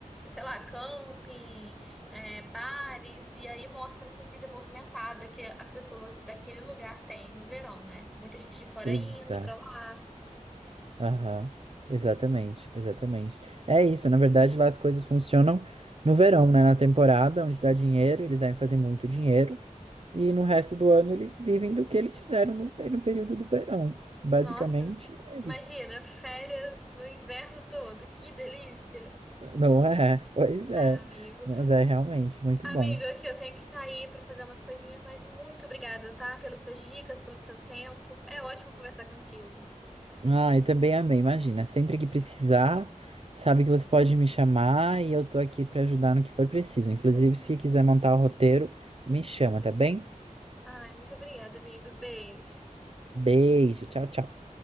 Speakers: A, in the centre; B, on the right.
A: sei lá, camping, é, bares, e aí mostra essa vida movimentada que as pessoas daquele lugar têm no verão, né? Muita gente de fora
B: exato.
A: indo pra lá.
B: Aham, exatamente, exatamente. É isso, na verdade, lá as coisas funcionam no verão, né? Na temporada, onde dá dinheiro, eles devem fazer muito dinheiro. E no resto do ano eles vivem do que eles fizeram no, pe- no período do verão. Basicamente
A: Nossa,
B: é
A: imagina,
B: isso.
A: férias no inverno todo, que delícia!
B: Não é? <laughs> Pois é.
A: Ai, amigo.
B: Mas é realmente muito
A: Amigo,
B: bom.
A: aqui eu tenho que sair para fazer umas coisinhas, mas muito obrigada, tá? Pelas suas dicas, pelo seu tempo. É ótimo conversar contigo.
B: Ah, e também amei. Imagina, sempre que precisar, sabe que você pode me chamar e eu tô aqui pra ajudar no que for preciso. Inclusive, se quiser montar o roteiro, me chama, tá bem?
A: Ai, muito obrigada, amigo. Beijo.
B: Beijo, tchau, tchau.